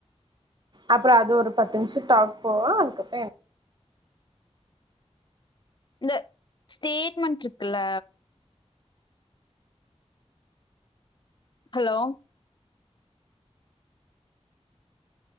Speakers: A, on the right; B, on the left.
A: அப்ற அது ஒரு பத்து நிம்ஷ டாக் போவோ அதுக்கப்ற எனக்
B: இந்த ஸ்டேட்மன்ட்ருக்குல்ல ஹலோ